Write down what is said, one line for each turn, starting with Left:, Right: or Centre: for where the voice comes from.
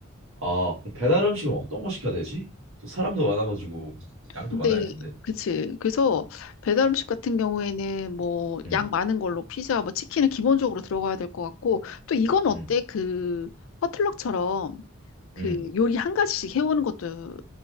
Right: 아 그럼 배달 음식은 어떤 거 시켜야 되지? 또 사람도 많아가지고 양도
Left: 근데
Right: 많아야 할 텐데
Left: 그치. 그래서 배달 음식 같은 경우에는 뭐
Right: 음,
Left: 양 많은 걸로 피자, 뭐 치킨은 기본적으로 들어가야 될 것 같고 또 이건 어때?
Right: 음,
Left: 그 퍼틀럭처럼 그
Right: 음,
Left: 요리 한 가지씩 해오는 것도